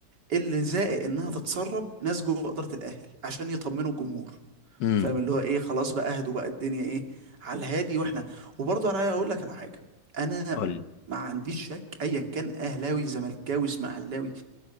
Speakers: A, on the right; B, on the left.
A: اللي زائق انها تتسرب ناس جوه اداره الاهلي عشان يطمنوا الجمهور
B: امم
A: فاهم اللي هو ايه خلاص بقى اهدوا بقى الدنيا ايه على الهادي واحنا وبرضه انا هقول لك على حاجه انا
B: قول لي
A: ما عنديش شك ايا كان اهلاوي زملكاوي اسماعيلاوي